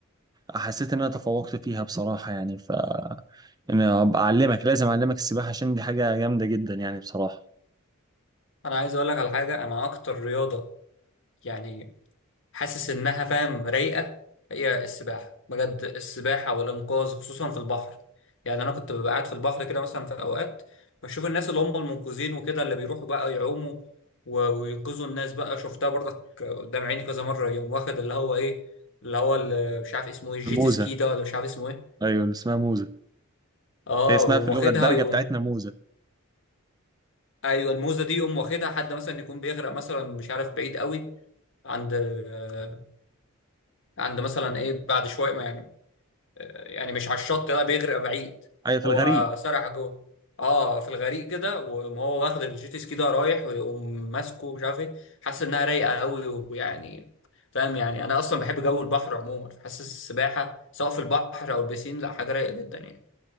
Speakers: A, on the right; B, on the left.
A: حسيت ان انا تفوقت فيها بصراحه يعني ف انا ابقى اعلمك لازم اعلمك السباحه عشان دي حاجه جامده جدا يعني بصراحه
B: انا عايز اقول لك على حاجه انا اكتر رياضه يعني حاسس انها فاهم رايقه هي السباحه بجد السباحه والانقاذ خصوصا في البحر يعني انا كنت ببقى قاعد في البحر كده مثلا في اوقات بشوف الناس اللي هم المنقذين وكده اللي بيروحوا بقى يعوموا و- وينقذوا الناس بقى شفتها برضك قدام عيني كذا مره يقوم واخد اللي هو ايه اللي هو اللي مش عارف اسمه ايه الجيت
A: موزه
B: سكي ده ولا مش عارف اسمه ايه
A: ايوه اسمها موزه
B: اه
A: هي اسمها
B: يقوم
A: في اللغه
B: واخدها
A: الدارجه
B: يقوم
A: بتاعتنا موزه
B: ايوه الموزه دي يقوم واخدها حد مثلا يكون بيغرق مثلا مش عارف بعيد قوي عند آه، عند مثلا ايه بعد شويه يعني يعني مش على الشط لا بيغرق بعيد
A: ايوه في
B: هو
A: الغريب
B: سرح جوه اه في الغريق كده ويقوم هو واخد الجيت سكي ده رايح ويقوم ماسكه مش عارف ايه حاسس انها رايقه قوي ويعني فاهم يعني انا اصلا بحب جو البحر عموما فحاسس السباحه سواء في البحر او البسين لا حاجه رايقه جدا يعني